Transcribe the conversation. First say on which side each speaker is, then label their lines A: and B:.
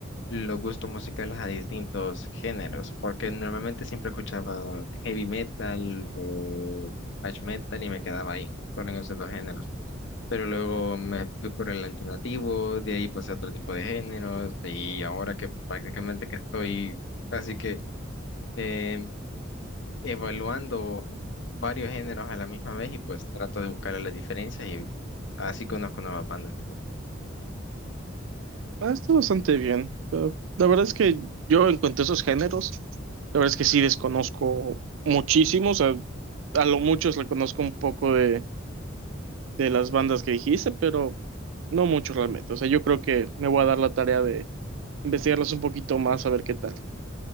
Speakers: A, on the left; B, on the right.
A: los gustos musicales a distintos géneros, porque normalmente siempre escuchaba heavy metal o thrash metal y me quedaba ahí, solo en esos dos géneros. Pero luego me fui por el alternativo, de ahí pasé a otro tipo de géneros y ahora que prácticamente que estoy así que eh, evaluando varios géneros a la misma vez y pues trato de buscarle las diferencias y así conozco nuevas bandas.
B: Ah, está bastante bien. Ah, La verdad es que yo en cuanto a esos géneros, la verdad es que sí desconozco muchísimos. A, a lo mucho le conozco un poco de, de las bandas que dijiste, pero no mucho realmente. O sea, yo creo que me voy a dar la tarea de investigarlas un poquito más a ver qué tal.